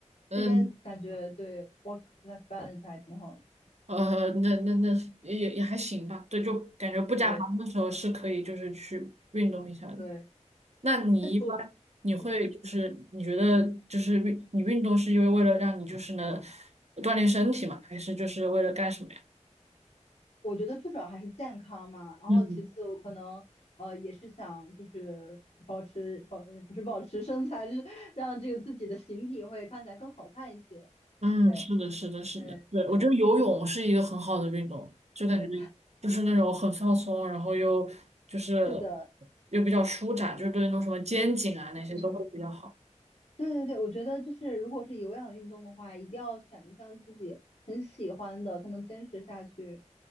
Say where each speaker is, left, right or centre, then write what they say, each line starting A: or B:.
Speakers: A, on the right; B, on the left.
A: 嗯。
B: 这边感觉对 work life balance 还挺好的，
A: 呃，那那那也也还行吧，对，就感觉不加班的时候是可以，
B: 对。
A: 就是去运动一下的。
B: 对，
A: 那你一般你会就是你觉得就是运你运动是因为为了让你就是能
B: 那除，嗯，
A: 锻炼身体嘛，还是就是为了干什么呀？
B: 我觉得最主要还是健康嘛，然后其次我可能呃也是想就是保持保，
A: 嗯
B: 呃不是保持身材，就是 <laughs> 让这个自己的形体会看起来更好看一些。
A: 嗯，
B: 对，
A: 是的，是的，是的，
B: 对，
A: 对，
B: 是，
A: 我觉得游泳是一个很好的运动，就感觉
B: 对，
A: 就是那种很放松，然后又就是
B: 是的，
A: 又比较舒展，就是对那种什么肩颈啊那些都会比较好。
B: 嗯，对对对，我觉得就是如果是有氧运动的话，一定要选一项自己很喜欢的，才能坚持下去。